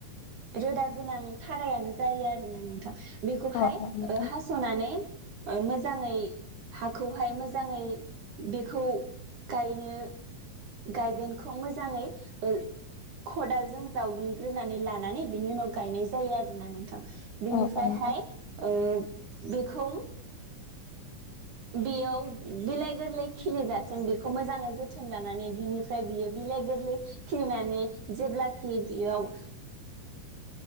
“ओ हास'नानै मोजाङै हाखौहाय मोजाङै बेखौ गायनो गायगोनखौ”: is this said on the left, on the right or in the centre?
Right